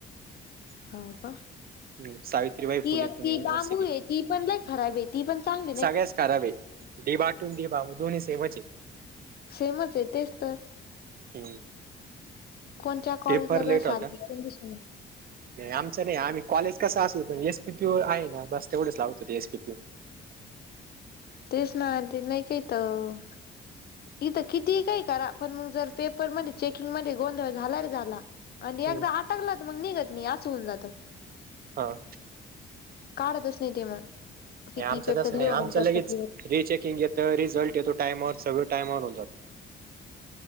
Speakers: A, on the right; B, on the left.
A: हम्म
B: हाव का
A: सावित्रीबाई
B: ती
A: फुले
B: एक
A: पुणे
B: ती
A: युनिवर्सिटी.
B: बांबू आहे ती पण लय खराब आहे. ती पण चांग
A: सगळ्याच खराब आहे डी बा टू न डी बा दोन्ही सेमच आहे.
B: सेमच आहे तेच तर.
A: आहे हम्म
B: कोणच्या कॉलेजला
A: पेपर लेट
B: तर
A: होता
B: सारखीच कंडिशन आहे.
A: नाही आमचं नाही आम्ही कॉलेज कसं असेल पण एस पी पी यू आहे ना बस तेवढंच लावतो ते एस पी पी यू.
B: तेच ना आणि ते नाही काहीतर. इथं किती काही करा पण मंग जर पेपर मध्ये चेकिंग मध्ये गोंधळ झाला रे झाला आणि
A: हम्म
B: एकदा अटकला तर मंग निघत नाही अस होऊन जातं.
A: हा.
B: काढतच नाही ते मंग किती
A: आमचं
B: ही पेपर
A: तसं
B: लिहू
A: नाही आमचं
B: नंतर
A: लगेच
B: सब
A: रिचेकिंग येतं रिझल्ट येतो टाइमावर सगळं टायमावर होऊन जातो.